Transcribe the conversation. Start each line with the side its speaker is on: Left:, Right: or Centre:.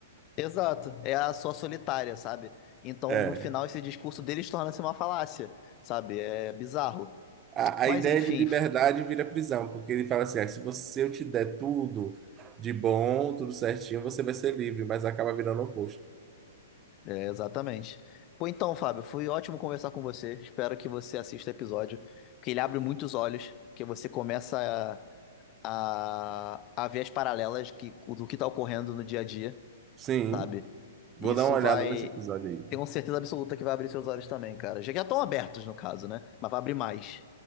Left: Exato. É a sua solitária, sabe? Então,
Right: <laughs> É.
Left: no final, esse discurso deles torna-se uma falácia, sabe? É bizarro.
Right: A,
Left: Mas,
Right: a ideia
Left: enfim,
Right: de liberdade vira prisão, porque ele fala assim: ah, se você, se eu te der tudo de bom, tudo certinho, você vai ser livre, mas acaba virando o oposto.
Left: é, exatamente. Pô, então, Fábio, foi ótimo conversar com você. Espero que você assista o episódio, porque ele abre muitos olhos, que você começa a, a, a ver as paralelas que, do que está ocorrendo no dia a dia.
Right: Sim,
Left: sabe?
Right: vou
Left: E Isso
Right: dar uma olhada
Left: vai.
Right: nesse episódio aí.
Left: Tenho certeza absoluta que vai abrir seus olhos também, cara. Já que já estão abertos, no caso, né? Mas vai abrir mais.